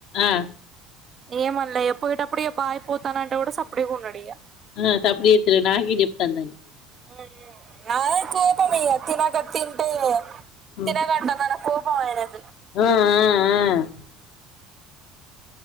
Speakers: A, on the left; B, on the right.
A: ఆ
B: ఏమన్లే ఇగ పోయేటప్పుడె ఇగ బాయ్ పోతనఅంటె గుడ సప్పుడేక ఉన్నడ్ ఇగ
A: ఆ సపుడ్ చేతలెడ్ నాకే చెప్తాండ్అని
B: మ్ నాదే కోపం ఇగ తినగా తింటే
A: ఉమ్
B: తినగడ్డ అన్నాడ కోపం ఆయనకి
A: ఆ ఆ ఆ